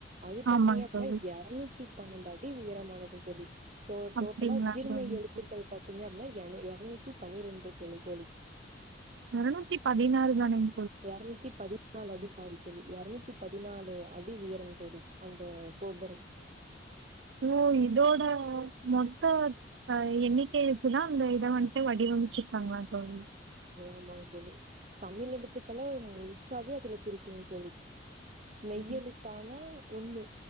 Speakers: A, on the right; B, on the right.
A: அது பாத்தீங்க
B: ஆமாங்க
A: அப்னா
B: தோழி
A: எறநூத்தி பண்ணண்டா டின் உயரமானது தோழி டோட்டலா
B: அப்டிங்களா
A: உதிர்மெய்
B: தோழி
A: திட்டுக்கள் பாத்தீங்க அப்னா ஏறனூத் பனிரெண்டு சொல்லி தோழி
B: இருநூத்தி பதினாறு தானங்
A: எரநூத்தி பதி பதினால அடி சாரித்தல்லி இருரநூத்தி பதினாலு அடி உயரம் தோழி அந்த கோபரம்
B: ஓ இதோட மொத்த அ எண்ணிக் கை வச்சுதா அந்த இத வண்ட்டு வடி அமச்சு நாங்களா தோழி
A: ஆமாங் தோழி தமிழடுத் அதுக்கெல்ல சகோதரியே குறிக்கோம் தோழி மெய்யழுத்தானா
B: ம்
A: ஒண்ணு